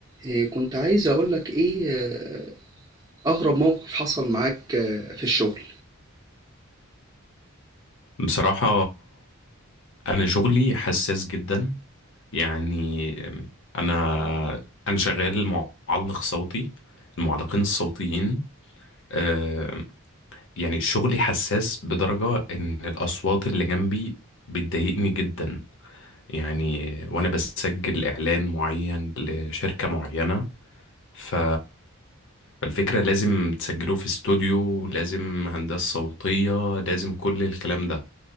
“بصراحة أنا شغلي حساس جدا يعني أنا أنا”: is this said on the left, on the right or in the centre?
Left